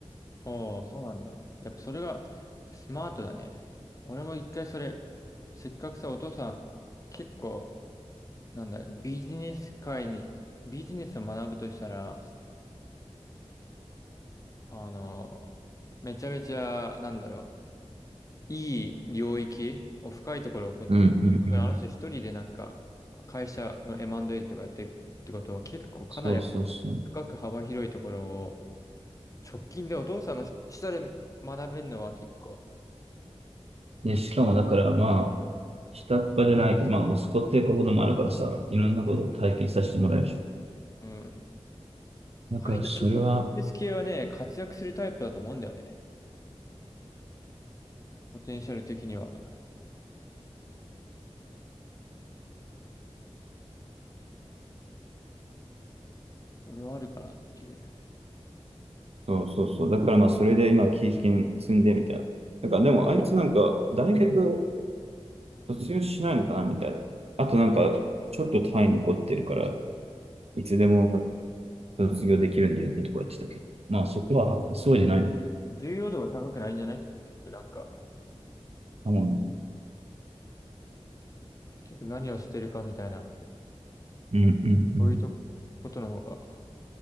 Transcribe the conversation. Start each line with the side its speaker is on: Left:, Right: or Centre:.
Left: あ、ああ、そうなんだ。やっぱそれがスマートだね。俺も一回それ、せっかくさ、お父さん、結構、なんだ、ビジネス界に、ビジネスを学ぶとしたら、あの、めちゃめちゃ、なんだろう、いい領域を深いところを掘ってる。
Right: うんうんうん。
Left: だからあの人一人でなんか会社の M&A とかやってるってことは結構かなり
Right: そうそうそう。
Left: 深く幅広いところを直近でお父さんの下で学べるのは結構、
Right: で、しかもだからまあ、下っ端じゃないか、まあ息子っていうこともあるからさ、いろんなことを体験させてもらえるし
Left: うん。
Right: だからそれは、
Left: 彼イト結構ビジネス系はね、活躍するタイプだと思うんだよね。ポテンシャル的には。それはあるかなっていう。
Right: そうそうそう。だからまあ、それで今、経験積んでみたいな。だからでも、あいつなんか、大学卒業しないのかなみたいな。あとなんか、ちょっと単位残ってるから、いつでも卒業できるんだよねとか言ってたけど。まあ、そこは急いでないのか。
Left: 重要度が高くないんじゃない結局なんか、
Right: あ、もうね。
Left: 結局何をしてるかみたいな、
Right: うんうんうん。
Left: そういうとことの方が